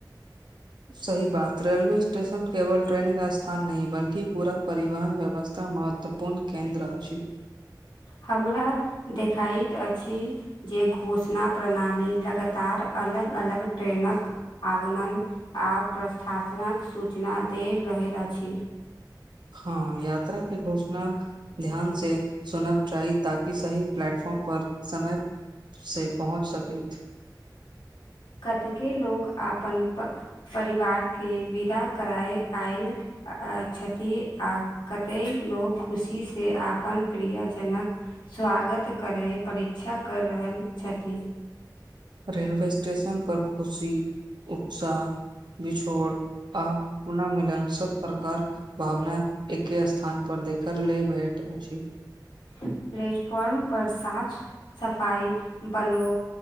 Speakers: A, on the right; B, on the left.
A: <inaudible> सही बात रेलवे स्टेशन केवल ट्रेन क स्थान नहि बल्कि पूरा परिवहन व्यवस्था महत्व महत्वपूर्ण केन्द्र अछि
B: हमरा देखाइत अछि जे घोषणा प्रणाली लगातार अलग अलग ट्रेन क आगमन आ प्रस्थासनक सूचना द रहल अछि
A: हँ यात्रा के घोषणा ध्यान से सुनब चाहि ताकि सही प्लेटफॉर्म पर समय से पहुँच सकैथ
B: कतके लोग अपन परिवार के विदा कराय आयल अ छथि आ कतेक लोक खुशीसँ अपन प्रिय जनक स्वागत करै परीक्षा कर रहल छथिन
A: रेलवे स्टेशन पर खुशी उत्साह बिछोड़ आ पुनः मिलन सब प्रकार भावना एके स्थान पर देखल ले भेट अछि
B: प्लेटफॉर्म पर साफ सफाई बनो